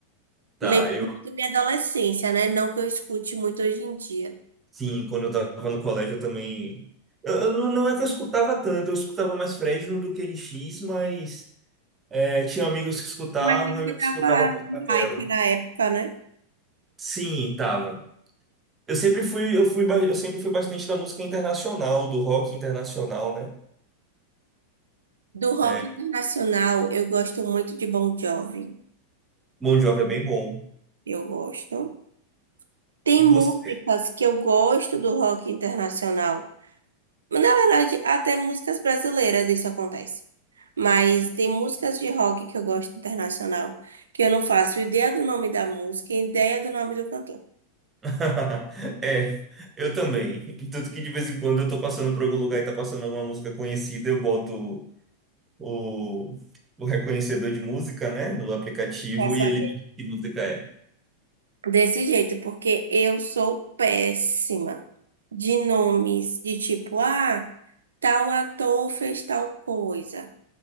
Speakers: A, on the right; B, on the right.
A: Tá,
B: Lembro
A: eu.
B: muito da minha adolescência, né? Não que eu escute muito hoje em dia.
A: Sim, quando eu tava no colégio eu também. Eu, eu não, não é que eu escutava tanto, eu escutava mais Fresno do que NX, mas é, tinha amigos que escutavam
B: Mas ele
A: e
B: que
A: eu
B: tava
A: escutava por tabela.
B: hype na época, né?
A: Sim, tava. Eu sempre fui, eu fui, ba- eu sempre fui bastante da música internacional, do rock internacional, né?
B: Do rock
A: É,
B: internacional, eu gosto muito de Bon Jovi.
A: Bon Jovi é bem bom.
B: Eu gosto. Tem
A: Você.
B: músicas que eu gosto do rock internacional. Na verdade, até músicas brasileiras isso acontece. Mas tem músicas de rock que eu gosto internacional que eu não faço ideia do nome da música e ideia do nome do cantor.
A: <laughs> É, eu também. Tanto que de vez em quando eu tô passando por algum lugar e tá passando alguma música conhecida, eu boto o, o reconhecedor de música, né, no aplicativo
B: Pra saber.
A: e ele me diz que música é.
B: Desse jeito, porque eu sou péssima de nomes de tipo, ah, tal ator fez tal coisa.